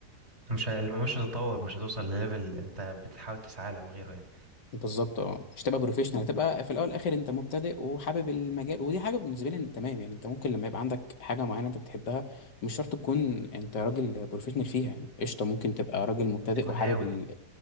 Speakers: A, on the right; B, on the left.
A: مش ه- مش هتتطور مش هتوصل لليفل انت بتحاول تسعى له او غيره يعني
B: بالظبط اه مش تبقى بروفيشنال تبقى في الاول والاخر انت مبتدئ وحابب المجال ودي حاجه بالنسبه لي إن تمام يعني انت ممكن لما يبقى عندك حاجه معينه انت بتحبها مش شرط تكون انت راجل بروفيشنال فيها يعني قشطه ممكن تبقى راجل مبتدئ
A: بتكون
B: وحابب
A: هاوي
B: ال...